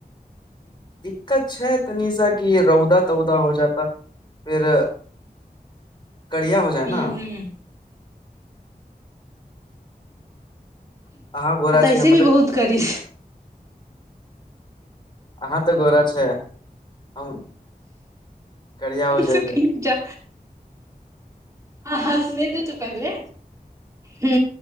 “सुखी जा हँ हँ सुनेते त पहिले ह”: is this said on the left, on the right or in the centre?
Right